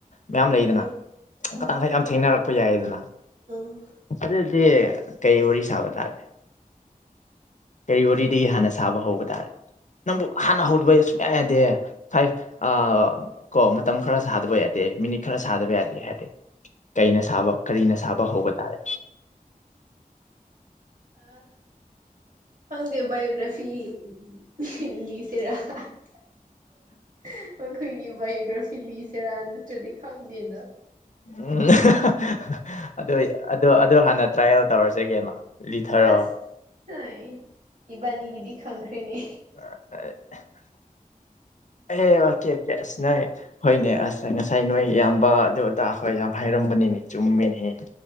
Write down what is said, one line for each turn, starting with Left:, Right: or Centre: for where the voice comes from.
Left: ꯃꯌꯥꯝ
Right: ꯎꯝ
Left: ꯂꯩꯗꯅ
Right: ꯎꯝ
Left: ꯀꯗ <unintelligible> ꯌꯥꯝ ꯊꯦꯡꯅꯔꯛꯄ ꯌꯥꯏꯗꯅ
Right: ꯎꯝ
Left: ꯑꯗꯨꯗꯤ ꯀꯩ ꯋꯥꯔꯤ ꯁꯥꯕ ꯇꯥꯔꯦ ꯀꯔꯤ ꯋꯥꯔꯤꯗꯒꯤ ꯍꯥꯟꯅ ꯁꯥꯕ ꯍꯧꯕ ꯇꯥꯔꯦ ꯅꯪꯕꯨ ꯍꯥꯟꯅ ꯍꯧꯗꯕ ꯁꯨꯡꯌꯥ ꯌꯥꯗꯦ ꯐꯥꯏꯚ ꯑ ꯀꯣ ꯃꯇꯝ ꯈꯔ ꯁꯥꯗꯕ ꯌꯥꯗꯦ ꯃꯤꯅꯤꯠ ꯈꯔ ꯁꯥꯗꯕ ꯌꯥꯗꯦ ꯍꯥꯏꯗꯤ ꯀꯩꯅ ꯁꯥꯕ ꯀꯔꯤꯅ ꯁꯥꯕ ꯍꯧꯕ ꯇꯥꯔꯦ
Right: ꯑꯥ ꯈꯪꯗꯦ ꯕꯥꯏꯑꯣꯒ꯭ꯔꯥꯐꯤ <unintelligible> ꯂꯤꯁꯤꯔ <unintelligible> ꯑꯈꯣꯏꯒꯤ ꯕꯥꯏꯑꯣꯒ꯭ꯔꯥꯐꯤ ꯂꯤꯁꯤꯔꯥ ꯅꯠꯇ꯭ꯔꯗꯤ ꯈꯪꯗꯦꯗ
Left: ꯎꯝ <unintelligible> ꯑꯗꯨ ꯑꯗꯨ ꯑꯗꯨ ꯍꯥꯟꯅ ꯇ꯭ꯔꯥꯏꯌꯦꯜ ꯇꯧꯔꯁꯤ ꯀꯩꯅꯣ ꯂꯤꯊꯔꯣ
Right: ꯑꯁ <unintelligible> ꯏꯕꯥꯅꯤꯒꯤꯗꯤ ꯈꯪꯈ꯭꯭ꯔꯦꯅꯦ
Left: ꯑꯥ <unintelligible> <unintelligible> ꯑꯁ <unintelligible> ꯍꯣꯏꯅꯦ ꯑꯁ ꯉꯁꯥꯏ ꯅꯣꯏ ꯏꯌꯥꯝꯕ ꯑꯗꯨ ꯑꯗꯥ ꯍꯣꯏ ꯌꯥꯝ ꯍꯥꯏꯔꯝꯕꯅꯤꯅꯦ ꯆꯨꯝꯃꯤꯅꯦꯍꯦ